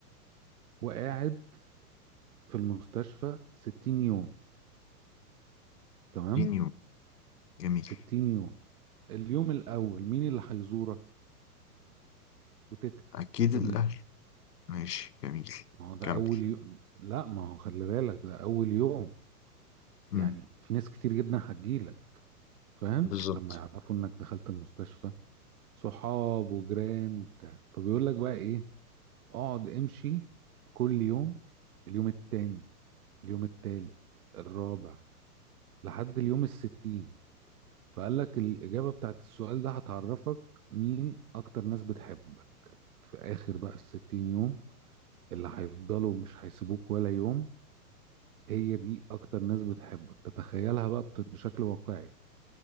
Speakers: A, on the right (about 65°); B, on the left (about 85°).
A: وقاعد في المستشفى 60 يوم تمام
B: تلاتين يوم جميل
A: 60 يوم اليوم الاول مين اللي هيزورك وتكتب
B: أكيد
A: اساميهم
B: الأهل ماشي جميل
A: ما هو ده
B: كمل
A: اول يوم لا ما هو خلي بالك ده اول يوم
B: مم.
A: يعني في ناس كتير جدا هتجيلك فاهم
B: بالظبط
A: لما يعرفوا انك دخلت المستشفى صحاب وجيران وبتاع فبيقول لك بقى ايه اقعد امشي كل يوم اليوم التاني اليوم التالت الرابع لحد اليوم الستين فقال لك الإجابة بتاعت السؤال ده هتعرفك مين أكتر ناس بتحبك في آخر بقى الستين يوم اللي هيفضلوا مش هيسيبوك ولا يوم هي دي اكتر ناس بتحبك تتخيلها بقى بت- بشكل واقعي